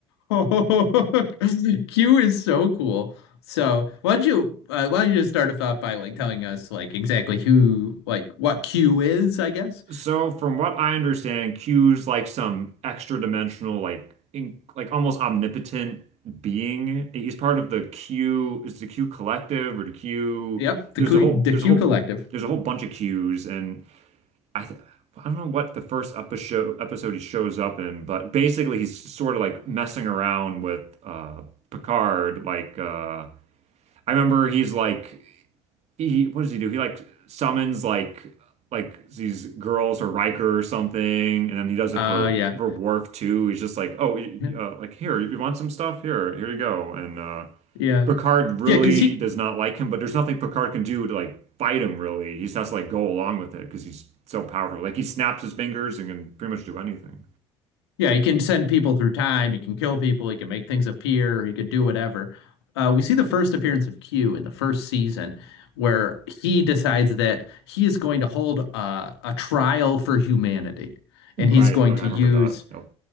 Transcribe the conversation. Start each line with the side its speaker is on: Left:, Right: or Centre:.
Left: <laughs> Q is so cool. So why don't you uh, why don't you just start us off by like telling us like exactly who like what Q is, I guess.
Right: So from what I understand, Q's like some extra dimensional, like in, like almost omnipotent being. He's part of the Q, is the Q collective or the Q?
Left: Yep, the
Right: There's
Left: Q
Right: a whole,
Left: the
Right: there's
Left: Q
Right: a whole,
Left: Collective.
Right: there's a whole bunch of Q's, and I, th I don't know what the first episode episode he shows up in, but basically he's sort of like messing around with uh Picard, like uh I remember he's like he what does he do? He like summons like like these girls or Riker or something, and then he does
Left: Uh
Right: it for
Left: yeah.
Right: for Worf too. He's just like, oh,
Left: Yeah.
Right: uh, like here, you want some stuff? Here, here you go. And uh,
Left: Yeah.
Right: Picard really
Left: yeah. Because he
Right: does not like him, but there's nothing Picard can do to like fight him. Really, he just has to like go along with it because he's so powerful. Like he snaps his fingers and can pretty much do anything.
Left: yeah, he can send people through time, he can kill people, he can make things appear, he can do whatever. Uh we see the first appearance of Q in the first season where he decides that he is going to hold uh, a trial for humanity
Right: Right.
Left: and he's going
Right: Okay,
Left: to
Right: I remember
Left: use
Right: that. Yep.